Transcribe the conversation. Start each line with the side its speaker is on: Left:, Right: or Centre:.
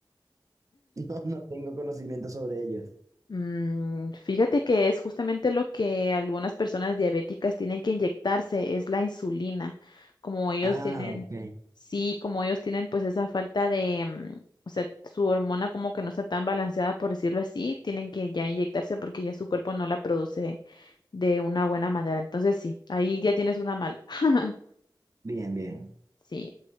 Right: no, no tengo conocimiento sobre ellos.
Left: Mm, fíjate que es justamente lo que algunas personas diabéticas tienen que inyectarse, es la insulina. Como ellos
Right: Ah,
Left: tienen,
Right: ok.
Left: sí, como ellos tienen pues esa falta de, mm, o sea, su hormona como que no está tan balanceada, por decirlo así, tienen que ya inyectarse porque ya su cuerpo no la produce de una buena manera. Entonces sí, ahí ya tienes una mal. <laughs>
Right: Bien, bien.
Left: Sí.